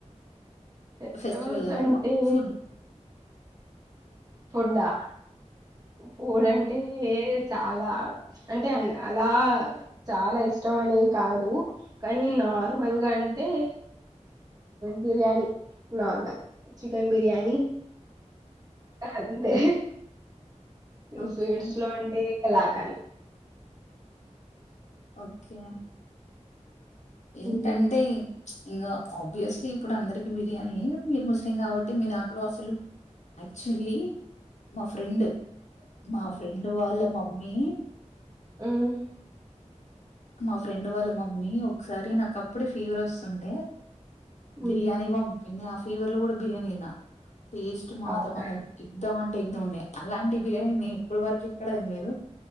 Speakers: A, on the right; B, on the left.
A: ఫెస్టివల్స్
B: ఫెస్టివల్ కాదు
A: అంటే
B: ఫుడ్
A: ఫుడ్ ఆ ఫూర్ అంటే ఏర్ చాలా అంటే అలా చాలా ఇష్టం అనే కాదు కానీ నార్మల్ గా అంటే బిర్యానీ నార్మల్ చికన్ బిర్యానీ అంతే
B: ఓకే
A: స్వీట్స్ లో అంటే ఎలాఖని
B: ఓకే ఏంటంటే
A: హ్మ్.
B: ఇంకా ఆబ్వియస్లీ ఇప్పుడు అందరికి బిర్యానీ మీరు ముస్లిం కాబట్టి మీ దాంట్లో అసలు యాక్చువల్లీ మా ఫ్రెండ్ మా ఫ్రెండ్ వాళ్ళ మమ్మీ
A: హ్మ్.
B: మా ఫ్రెండ్ వాళ్ళ మమ్మీ ఒకసారి నాక అప్పుడే ఫీవర్ వస్తుండే
A: హ్మ్.
B: బిర్యానీ వం ఆ ఫీవర్ల కూడా బిర్యానీ తిన్నా టేస్ట్ మాత్రం
A: అవునా!
B: అ ఎద్దామంటే ఎగద ఉండే అలాంటి బిర్యానీ ఇప్పుడు వరకి ఎక్కడే కద మీరు